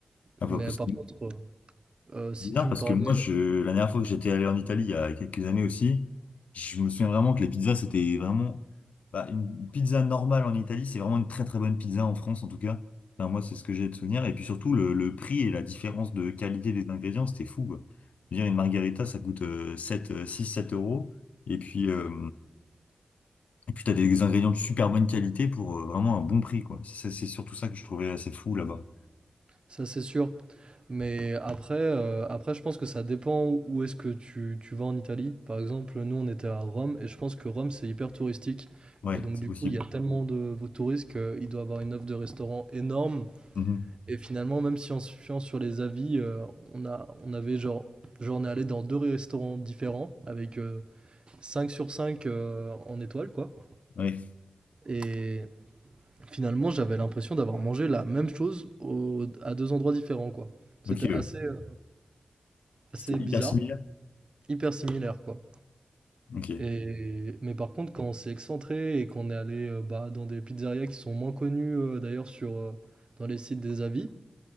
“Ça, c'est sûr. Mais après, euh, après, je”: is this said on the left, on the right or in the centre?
Right